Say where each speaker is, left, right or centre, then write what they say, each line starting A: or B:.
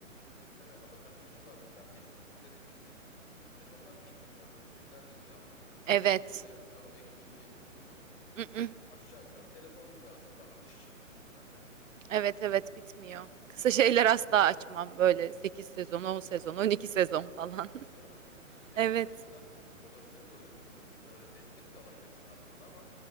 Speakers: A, on the left; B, on the right.
A: Ee, ama sende de şu var mesela eski dizileri izlediğin için sezonlar bitmiyor. Yüzlerce sezon var. Hani bu sezon
B: Evet.
A: bitti bir dahaki sezonu bekleyeyim diye bir durumun yok.
B: Mm-mm.
A: Aşağı yukarı telefon gibi aslında akış hiç bitmiyor sende.
B: Evet evet bitmiyor. Kısa şeyler asla açmam. Böyle 8 sezon, 10 sezon, 12 sezon falan.
A: Değil
B: <laughs>
A: mi? Yani
B: Evet.
A: o yüzden olabilir böyle bir durumun. Ee, destek de alabilirsin aslında ama